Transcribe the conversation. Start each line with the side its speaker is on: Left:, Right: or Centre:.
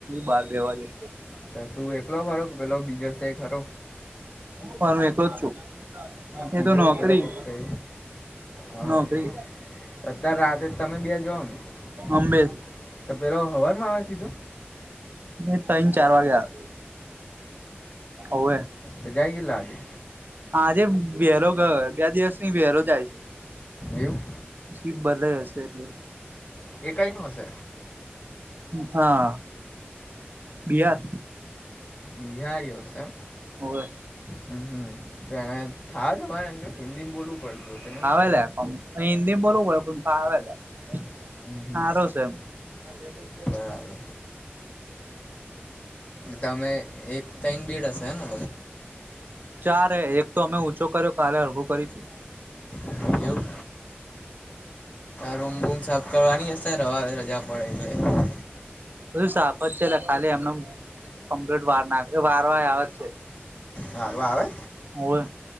Right: બાર બેવાજો.
Left: તો તું એકલો ખરો કે પેલો બીજો છે ખરો
Right: પણ મેં એકલો જ છું.
Left: તીજો
Right: એ તો નોકરી
Left: પહેલો કોક છે. હા
Right: નોકરી
Left: હા અત્યારે રાતે તમે બે જોઓને-
Right: અંબે
Left: - તો પેલો હવારમાં આવે સીધો.
Right: ની તન ચાર વાગ્યા હવે.
Left: ત જાય કેટલા વાગે
Right: આજે વેરો ગયો બે દિવસની વેરો જાય છે
Left: એવું
Right: પછી બદ હશે એટલે
Left: એ કઈ નું હશે
Right: હા બિહાર
Left: બિહારીઓ છે
Right: હોવે
Left: હમમને થા તમારે હિન્દી બોલવું પડતું હશે ને
Right: હિન્દીમ બોલવું પડે પણ ફાવે
Left: હમ હમ
Right: હારો છે <inaudible>
Left: બરાબર તમે એક ચૈન બેડ હશે ને
Right: ચારે એક તો અમે ઊંચો કર્યો કાલે ઉભું કરીશું
Left: લગભગ એવું રૂમ બૂમ સાફ કરવાની હશે રવા રજા પડે એટલે
Right: બધૂ સાફ જ છે લા ખાલી એમપ્લીટ વાર નાખ વાર વાર આવે છે
Left: હારું આવે
Right: હોવે